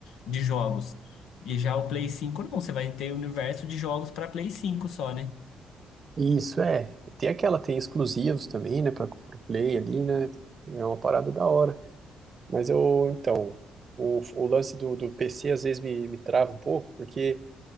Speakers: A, on the left; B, on the right.
A: de jogos. E já o Play 5 não, você vai ter o universo de jogos para Play 5 só, né?
B: Isso, é. Tem aquela, tem exclusivos também, né, para o Play ali, né? É uma parada da hora. Mas eu, então, o, o lance do, do PC às vezes me, me trava um pouco, porque,